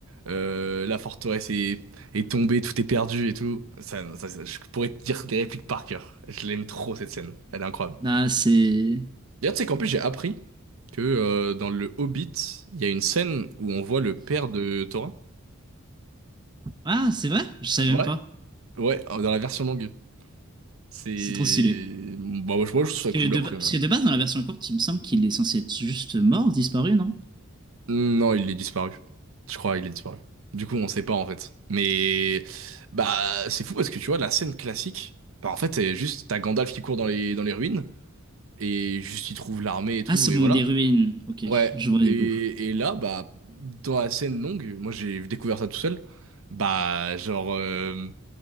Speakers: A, on the right; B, on the right.
A: euh, la forteresse est, est tombée, tout est perdu et tout. Ça, ça- ça- je pourrais te dire des répliques par cœur. Je l'aime trop cette scène. Elle est incroyable.
B: là c'est.
A: D'ailleurs, tu sais qu'en plus, j'ai appris que euh, dans le Hobbit, il y a une scène où on voit le père de Thorin.
B: Ah, c'est vrai? Je savais
A: Ouais,
B: même pas.
A: ouais, dans la version longue. C'est...
B: C'est trop stylé.
A: Bah, moi, je moi, je trouve ça
B: Que
A: cool,
B: de
A: après.
B: ba- Parce
A: euh.
B: que de base, dans la version courte, il me semble qu'il est censé être juste mort, disparu, non?
A: Non, il est disparu. Je crois, il est disparu. Du coup, on sait pas, en fait. Mais... Bah, c'est fou, parce que, tu vois, la scène classique... Bah, en fait, c'est juste... T'as Gandalf qui court dans les, dans les ruines, et juste, il trouve l'armée et tout,
B: Ah, c'est
A: et
B: au
A: voilà.
B: des ruines. Ok,
A: Ouais.
B: je vois du
A: Et,
B: coup.
A: et là, bah... Dans la scène longue, moi, j'ai découvert ça tout seul. Bah, genre... euh,